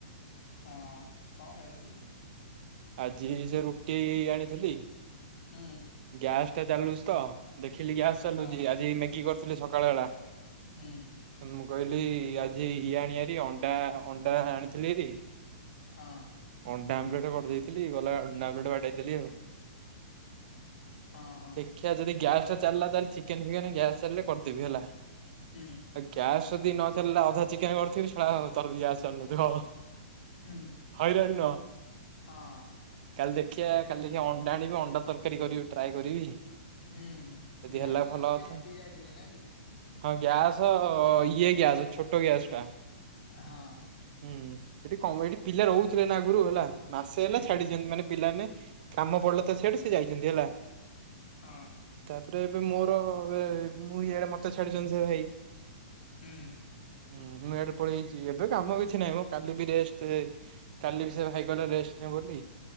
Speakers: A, on the left; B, on the right.
A: ହଁ, ଅଁ କଣ ଖାଇଲ କି?
B: ଆଜି ସେ ରୁଟି ଆଣିଥିଲି।
A: ହୁଁ।
B: ଗ୍ୟାସ୍ ଟା ଚାଲୁଚି ତ, ଦେଖିଲି ଗ୍ୟାସ ଚାଲୁଛି।
A: ହଁ
B: ଆଜି ମେଗି କରିଥିଲି ସକାଳ ବେଳା।
A: ହୁଁ।
B: ମୁଁ, କହିଲି ଆଜି ଇଏ ଆଣିଆରି, ଅଣ୍ଡା ଅଣ୍ଡା, ଆଣିଥିଲିହେରି।
A: ହଁ।
B: ଅଣ୍ଡା ଆମ୍ବେଲେଟ୍ କରିଦେଇଥିଲି। ଗଲା ଅଣ୍ଡା ଆମ୍ବଲେଟ୍ ବାଡେଇଦେଲି ଆଉ।
A: ହଁ, ହଁ।
B: ଦେଖିଆ ଯଦି ଗ୍ୟାସ୍ ଟା ଚାଲିଲା, ତାଲେ ଚିକେନ୍ ଫିକେନ୍ ଗ୍ୟାସ୍ ଚାଲିଲେ କରିଦେବି ହେଲା।
A: ହୁଁ।
B: ଗ୍ୟାସ୍ ଯଦି ନ ଚାଲିଲା ଅଧା ଚିକେନ୍ କରିଥିବି, ଶଳା ତର ଗ୍ୟାସ ଚାଲୁନଥିବ।
A: ହୁଁ
B: ହଇରାଣ ନୁହଁ।
A: ହଁ
B: କାଲି ଦେଖିଆ, କାଲି ଦେଖି ଅଣ୍ଡା ଆଣିବି, ଅଣ୍ଡା ତରକାରୀ କରିବି ଟ୍ରାଏ କରିବି।
A: ହୁଁ,
B: ଯଦି
A: ଗ୍ୟାସ
B: ହେଲା ଭଲ
A: ସିଏ
B: କଥା
A: ରଖିକି ଯାଇଥିଲେ ନାଇକି?
B: ହଁ, ଗ୍ୟାସ, ଇଏ ଗ୍ୟାସ୍, ଛୋଟ ଗ୍ୟାସ୍ ଟା।
A: ହଁ।
B: ହୁଁ, ଏଠି କମ୍, ଏଠି ପିଲା ରହୁଥିଲେ ନା ଆଗରୁ ହେଲା। ମାସେ ହେଲା
A: ହୁଁ
B: ଛାଡିଛନ୍ତି, ମାନେ ପିଲା ମାନେ କାମ ପଡିଲେ ତ ସିଆଡେ ସେ ଯାଇଚନ୍ତି ହେଲା।
A: ହଁ।
B: ତାପରେ ଏବେ ମୋର ଏବେ ମୁଁ ଇଆଡେ ମତେ ଛାଡିଛନ୍ତି ସେ ଭାଇ।
A: ହୁଁ
B: ହୁଁ ମୁଁ ଏଡେ ପଳେଇାଇଛି ଏବେ କାମ କିଛି ନାହିଁ ମୁଁ କାଲି ବି ରେଷ୍ଟ। କାଲି ବି ସେ ଭାଇ କଲା ରେଷ୍ଟ ନେ <unintelligible>